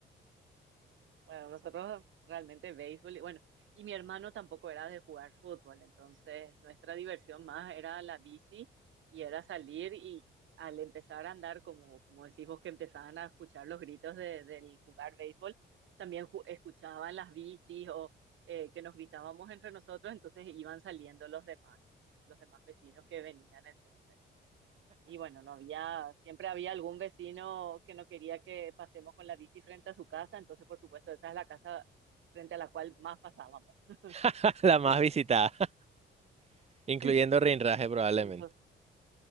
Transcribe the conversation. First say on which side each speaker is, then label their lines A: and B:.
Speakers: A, on the right; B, on the right.
A: Bueno, nosotros realmente béisbol, y bueno, y mi hermano tampoco era de jugar fútbol, entonces nuestra diversión más era la bici y era salir y al empezar a andar, como, como decís vos, que empezaban a escuchar los gritos de, del jugar béisbol, también ju- escuchaban las bicis o eh, que nos gritábamos entre nosotros, entonces iban saliendo los demás, los demás vecinos que venían entonces. Y bueno, no había, siempre había algún vecino que no quería que pasemos con la bici frente a su casa, entonces por supuesto esa es la casa frente a la cual más pasábamos. <laughs>
B: <laughs> la
A: ¿sí?
B: más visitada, <laughs> incluyendo
A: Sí.
B: Rinraje probablemente.
A: Entonces,